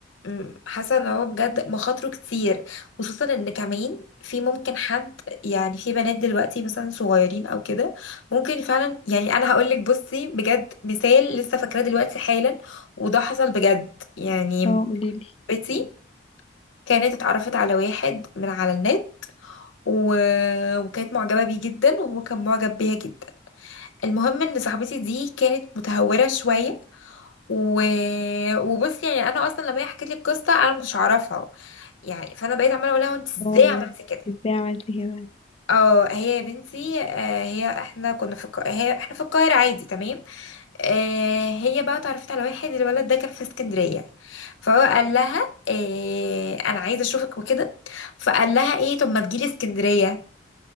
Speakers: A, on the left; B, on the left.
A: أمم، حاسه ان هو بجد مخاطره كتير خصوصا ان كمان في ممكن حد يعني في بنات دلوقتي مثلا صغيرين او كده ممكن فعلا يعني انا هقول لك بصي بجد مثال لسه فاكراه دلوقتي حالا وده حصل بجد يعني
B: اه قوليلي
A: بنتي كانت اتعرفت على واحد من على النت و... وكانت معجبه بيه جدا وهو كان معجب بيها جدا المهم ان صاحبتي دي كانت متهوره شويه و... وبصي يعني انا اصلا لما هي حكت لي القصه انا ما كنتش اعرفها يعني فانا بقيت عماله اقول لها انت ازاي
B: اه
A: عملتي كده
B: انت ازاي عملتي كده
A: اه هي يا بنتي آه هي احنا كنا في الق... هي احنا في القاهره عادي تمام آه هي بقى اتعرفت على واحد الولد ده كان في اسكندريه فهو قال لها آه انا عايزه اشوفك وكده فقال لها ايه طب ما تجيلي اسكندريه